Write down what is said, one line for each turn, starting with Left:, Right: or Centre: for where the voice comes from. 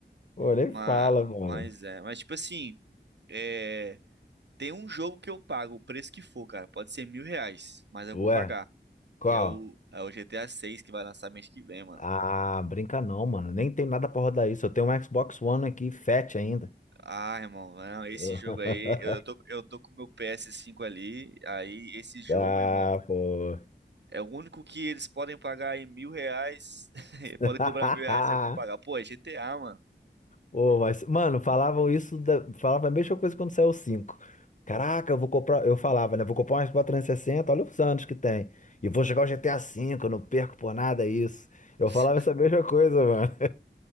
Left: pô, nem
Right: Mas,
Left: fala, mano.
Right: mas é. Mas, tipo assim, é, tem um jogo que eu pago, o preço que for, cara. Pode ser mil reais, mas eu vou
Left: Ué,
Right: pagar.
Left: qual?
Right: Que é o, é o GTA 6 que vai lançar mês que vem, mano.
Left: Ah, brinca não, mano. Nem tem nada pra rodar isso. Eu tenho um Xbox One aqui, fat ainda.
Right: Ah, irmão, não, esse
Left: <laughs>
Right: jogo aí, eu tô, eu tô com o meu PS5 ali. Aí, esse jogo,
Left: Ah,
Right: irmão,
Left: pô.
Right: é o único que eles podem pagar em mil reais. <laughs>
Left: <laughs>
Right: Podem cobrar mil reais, eu vou pagar. Pô, é GTA, mano.
Left: Ô, mas, mano, falavam isso, da, falava a mesma coisa quando saiu o 5. Caraca, eu vou comprar, eu falava, né? Vou comprar uma Xbox trezentos e sessenta. olha os anos que tem. E vou jogar o GTA V, eu não perco por nada isso. Eu
Right: <laughs>
Left: falava essa mesma coisa, mano. <laughs>